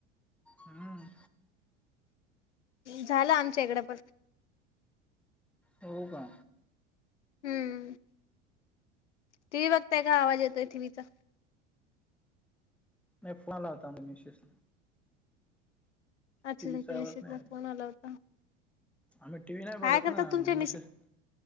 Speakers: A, in the centre; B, on the left (about 75°).
A: हम्म.
B: झालं आमच्या इकडें पण.
A: हो का?
B: हम्म. टीव्ही बघतय का आवाज येतोय टीव्हीचा.
A: नाही फोन आला होता म मिशेस
B: अक्षदाला
A: टीव्हीचा आवाज
B: निश्चित
A: नाही
B: ला फोन आला होता
A: आम्ही टीव्ही नाही
B: काय
A: बघत
B: करतात
A: ना
B: तुमच्या
A: मिसेस